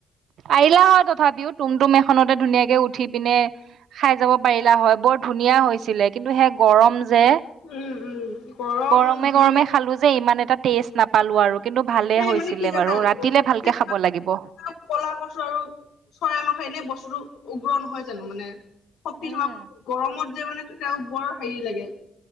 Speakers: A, on the right; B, on the left.
A: আহিলা হয় তথাপিও তুম তুম এখনতে ধুনীয়াকে উঠি পিনে খাই যাব পাৰিলা হয় বৰ ধুনীয়া হৈছিলে কিন্তু সেই গৰম যে
B: উম উম গৰম
A: গৰমে
B: যিহে
A: গৰমে খালো যে ইমান এটা টেষ্ট নাপালো আৰু কিন্তু ভালে
B: সেই
A: হৈছিলে
B: মানে কি জানা
A: বাৰু ৰাতিলে
B: গৰম
A: ভালকে
B: যে এটা
A: খাব লাগিব।
B: ক'লা কচু আৰু চৰাই মাংস এনেই বস্তুটো উগ্ৰ নহয় জানো মানে
A: উম
B: শক্তি নাপাব গৰমত যে মানে তেতিয়া বৰ হেৰি লাগে